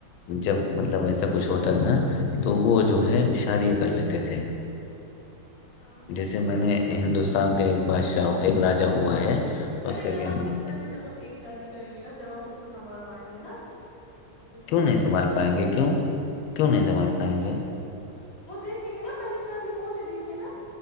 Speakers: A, on the left (about 80°); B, on the left (about 40°).
A: جب مطلب ایسا کچھ ہوتا تھا تو وہ جو ہے شادیاں کر لیتے تے تھے
B: ہاں
A: جیسے میں نے ہندوستان سام کے بادشاہ ایک را ہوا ہے
B: پہلے
A: اس کا
B: جب
A: کیا
B: آپ
A: نام
B: پہلے
A: تھا
B: جب آپ ایک شادی کریں گے نا جب آپ اس کو سنبھال پائیں گے نا اس کے
A: کیوں نہیں
B: بعد دوسرے
A: سنبھال پائیں
B: کی بات
A: گے
B: کرنیی
A: کیوں کیوں نہیں سنبھال پائیں گے
B: وہ دیکھیں گے نا پہنی شادی ہونے دیجیے نا